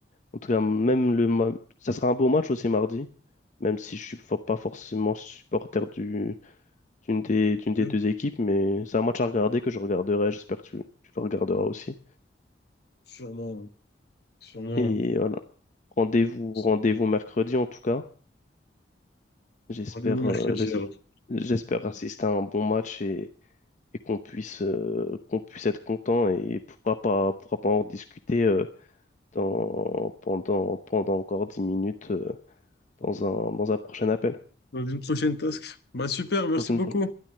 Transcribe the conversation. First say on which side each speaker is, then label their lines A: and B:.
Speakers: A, on the left; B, on the left.
A: En tout cas, même le ma- ça sera un beau match aussi mardi, même si je suis fo- pas forcément supporter du d'une des d'une
B: Les deux.
A: des deux équipes, mais c'est un match à regarder que je regarderai. J'espère que tu, tu le regarderas aussi.
B: Sûrement, euh, sûrement.
A: Et
B: euh,
A: voilà. Rendez-vous
B: sans-
A: rendez-vous mercredi en tout cas. J'espère
B: Rendez-vous mercredi
A: euh, j'es-
B: alors.
A: j'espère assister à un bon match et, et qu'on puisse euh, qu'on puisse être content et pourra pas pourra pas en discuter euh, dans pendant pendant encore 10 minutes euh, dans un dans un prochain appel.
B: Dans une prochaine task. Bah super, merci
A: Dans une
B: beaucoup.
A: prochaine